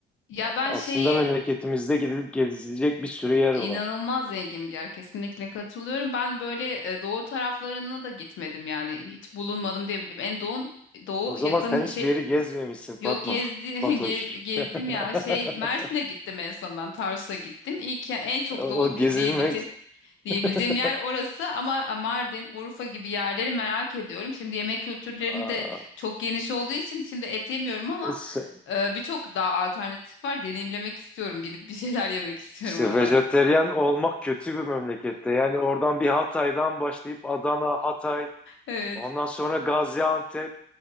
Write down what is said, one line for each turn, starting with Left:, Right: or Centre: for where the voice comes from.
Left: Ya ben
Centre: aslında
Left: şeyi
Centre: memleketimizde gidilip gezilecek bir sürü yer
Left: inanılmaz
Centre: var.
Left: zengin bir yer kesinlikle katılıyorum. Ben böyle e, doğu taraflarına da gitmedim yani hiç bulunmadım diyebilirim. En doğu doğu
Centre: O zaman
Left: yakın
Centre: sen hiçbir
Left: şey
Centre: yeri gezmemişsin Fatma.
Left: Yok gezdi, <laughs> ge-
Centre: Fatoş.
Left: gezdim ya
Centre: <laughs>
Left: şey Mersin'e gittim en son ben Tarsus'a gittim. İlk ya- en çok
Centre: O
Left: doğu
Centre: o
Left: di-
Centre: gezilmek...
Left: diyebildiğim diyebildiğim
Centre: <laughs>
Left: yer orası ama Mardin, Urfa gibi yerleri merak ediyorum. Şimdi yemek kültürlerinde
Centre: Aa,
Left: de çok geniş olduğu için şimdi et yemiyorum ama
Centre: is-
Left: e, birçok daha alternatif var. Deneyimlemek istiyorum gidip bir şeyler yemek <laughs> istiyorum
Centre: işte
Left: oralarda.
Centre: vejeteryan olmak kötü bir memlekette. Yani oradan bir Hatay'dan başlayıp Adana, Hatay,
Left: Evet.
Centre: ondan sonra Gaziantep,